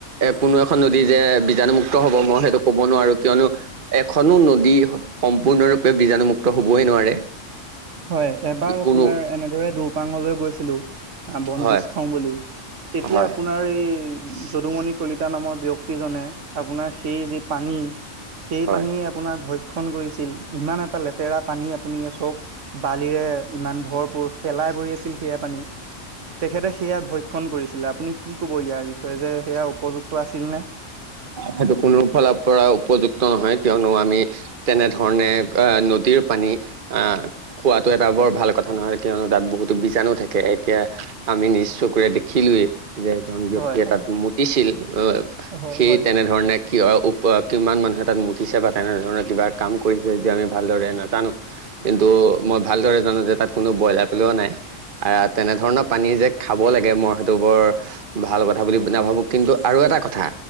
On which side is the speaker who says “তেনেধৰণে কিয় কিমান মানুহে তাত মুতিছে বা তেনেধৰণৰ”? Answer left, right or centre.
Right